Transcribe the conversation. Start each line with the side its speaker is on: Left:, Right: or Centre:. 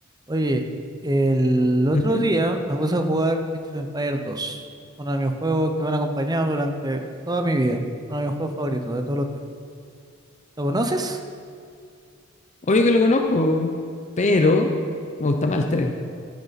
Right: Oye, el otro
Left: Ujú.
Right: día me puse a jugar Age of Empires dos, uno de mis juegos que me han acompañado durante toda mi vida, uno de mis juegos favoritos de todos los tiempos. ¿Lo conoces?
Left: Obvio que lo conozco, pero me gusta más el tres,